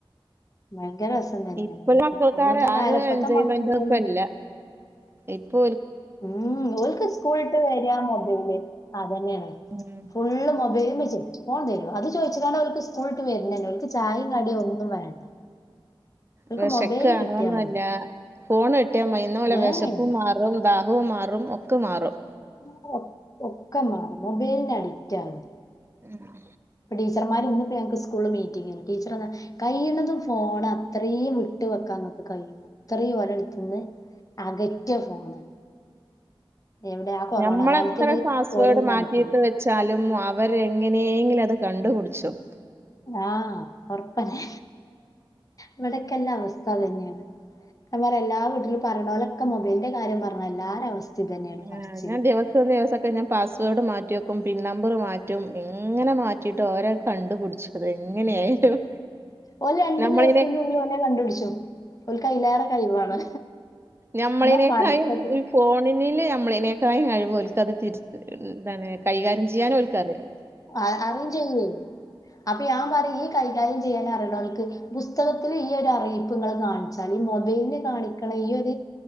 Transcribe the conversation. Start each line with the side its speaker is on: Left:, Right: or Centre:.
Left: <unintelligible> തന്നെയാണ്
Right: ഇപ്പം
Left: അതൊക്കെ.
Right: ഒള്ള ആൾക്കാര്
Left: അന്നത്തെ
Right: ആ
Left: കാലം
Right: ഒരു
Left: ഇപ്പത്തെ
Right: എൻജോയ്മെൻ്റ്
Left: മക്കൾക്കൊന്നും
Right: ഒന്നുല്ല ഇപ്പം
Left: ഉം ഓരുക്ക് സ്കൂൾ വിട്ട് വരാ മൊബൈല് അതുതന്നെയാണ്
Right: ഉം
Left: ഫുള്ള് മൊബൈ ഉമ്മച്ചി ഫോൺ തരുവോ അത് ചോദിച്ചട്ടാണ് ഓരൊക്കെ സ്കൂള് വിട്ട് വരുണ തന്നെ ഓർക്ക് ചായയും കടിയും ഒന്നും വേണ്ട ഓൽക്ക്
Right: വിശക്ക്
Left: മൊബൈല്
Right: കാണോന്നല്ല
Left: കിട്ടിയാ മതി.
Right: ഫോൺ കിട്ടിയ മയിന്ന് പോലെ
Left: ഏഹ്
Right: വിശപ്പും മാറും ദാഹ ഹവും മാറും ഒക്കെ മാറും
Left: ക്കെ ഒക്കെ മാറും മൊബൈലിന് അഡിക്റ്റ് ആണ്
Right: മം
Left: ടീച്ചർമാർ ഇന്നിപ്പോ ഞങ്ങക്ക് സ്കൂള് മീറ്റിങ്ങാണ് ടീച്ചറ് കഴിയുന്നതും ഫോൺ അത്രയും വിട്ട് വെക്കാൻ ന- മുക്ക് കഴിയോ അത്രയും ഓരടുത്തുന്ന് അകറ്റാ ഫോണ് എവിടെ ആ കൊറോണ
Right: ഞമ്മളെത്ര
Left: കാലത്തിൽ
Right: പാസ്‌വേഡ്
Left: ഓലെ
Right: മാറ്റിയിട്ട്
Left: നടക്കും
Right: വെച്ചാലും അവർ ര് എങ്ങനെയങ്കിലും അത് കണ്ടുപിടിച്ചും
Left: ആ ഉറപ്പല്ലേ ഇവിടക്കെല്ല അവസ്ഥ അതുതന്നെയാണ് അമ്മമാർ എല്ലാ വീട്ടിലും പറയണ പോലൊക്കെ മൊബൈലിന്റെ കാര്യം പറഞ്ഞ എല്ലാരേയും അവസ്ഥ ഇത് തന്നെയാണ്
Right: ആ
Left: പറച്ചില്
Right: ഞാൻ ദിവസം ദിവസൊക്കെ ഞാൻ പാസ്‌വേഡ് മാറ്റി റ്റിവെക്കും പിൻ നമ്പറ് മാറ്റും എങ്ങനെ മാറ്റിയിട്ടും ഓരത് കണ്ടുപിടിച്ചു എങ്ങനെയായാലും
Left: ഒരു രണ്ടു
Right: നമ്മളിനെ
Left: ദിവസത്തിന്റെ ഉള്ളിലെ കണ്ടുപടിച്ചു ഓർക്ക് അയിലേറെ കഴിവാണ്
Right: ഞമ്മളതിനേക്കായും
Left: എന്നാ പഠിത്തത്തിന്
Right: ഈ ഫോണില് നമ്മളതിനേക്കായും കഴിവ ഓല്ക്ക് അത് തിരി എന്താണ് കൈകാര്യം ചെയ്യാനും ഓരുക്ക് അറിയാം
Left: അ അറിയും ചെയ്യുവേ അപ്പൊ ഞാൻ പറയും ഈ കൈകാര്യം ചെയ്യാൻ അറിയനോർക്ക്- പുസ്തകത്തില് ഈ ഒരു അറിയിപ്പ് ഇങ്ങള് കാണിച്ചാല് ഈ മൊബൈലില് കാണിക്കണ ഈ ഒരു-